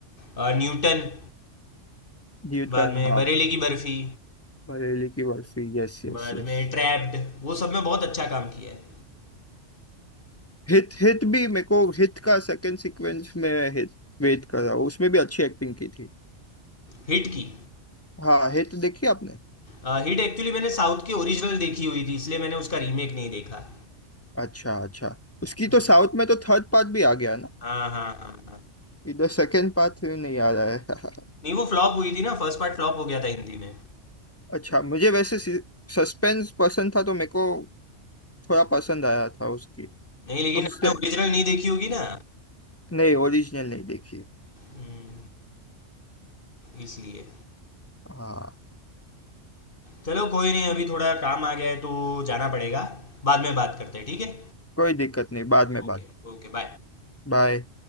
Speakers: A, on the left (about 45°); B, on the left (about 15°).
A: अ, न्यूटन
B: न्यूटन
A: बाद में
B: हाँ
A: बरेली की बर्फी
B: बरेली की Barfi yes yes
A: बाद
B: yes
A: में ट्रैप्ड वो सब में बहुत अच्छा काम किया है
B: Hit Hit भी मेरे को हित का सेकंड सीक्वेंस में हित वेट कर रहा हूँ उसमें भी अच्छी एक्टिंग की थी
A: हिट की
B: हाँ हित देखी आपने
A: अ, हिट एक्चुअली मैंने साउथ की ओरिजिनल देखी हुई थी इसलिए मैंने उसका रीमेक नहीं देखा
B: अच्छा अच्छा उसकी
A: हम्म,
B: तो साउथ में तो थर्ड पार्ट भी आ गया ना
A: हाँ हाँ हाँ हाँ
B: इधर सेकंड पार्ट नहीं आ रहा है <laughs>
A: नहीं वो फ्लॉप हुई थी ना फर्स्ट पार्ट फ्लॉप हो गया था हिंदी में
B: अच्छा मुझे वैसे सस्पेंस पसंद था तो मेरे को थोड़ा पसंद आया था उसकी
A: नहीं लेकिन
B: और उसने
A: आपने ओरिजिनल नहीं देखी होगी ना
B: नहीं ओरिजिनल नहीं देखी
A: हम्म, इसलिए
B: हाँ
A: चलो कोई नहीं अभी थोड़ा काम आ गया है तो जाना पड़ेगा बाद में बात करते हैं ठीक है
B: कोई दिक्कत नहीं बाद में
A: ओके
B: बात
A: Okay bye
B: बाय